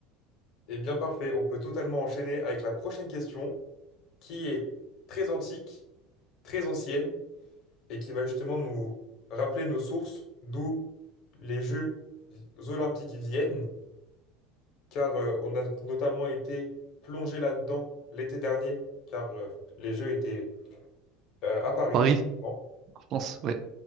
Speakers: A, on the left; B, on the right.
A: Eh bien, parfait. On peut totalement enchaîner avec la prochaine question. qui est très antique, très ancienne, et qui va justement nous rappeler nos sources, d'où les Jeux olympiques viennent, car euh, on a notamment été plongé là-dedans l'été dernier, car euh, les Jeux étaient euh, à Paris,
B: Paris,
A: tout simplement.
B: en France, ouais.